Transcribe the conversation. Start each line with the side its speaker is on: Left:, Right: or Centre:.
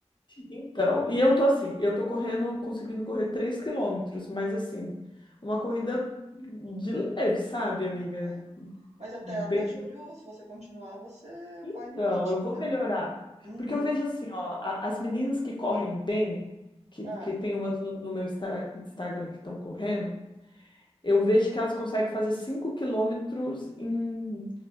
Left: Então, e eu tô assim, eu tô correndo, conseguindo correr 3 quilômetros, mas assim, uma corrida de leve, sabe, amiga?
Right: É. Mas até,
Left: Bem,
Right: até julho, se você continuar, você
Left: então,
Right: vai no ritmo,
Left: eu vou
Right: né?
Left: melhorar.
Right: Uhum.
Left: Porque eu vejo assim, ó, a- as meninas que correm bem, que,
Right: Ah,
Left: que tem umas no, no meu Insta- Instagram que estão correndo, eu vejo que elas conseguem fazer cinco quilômetros em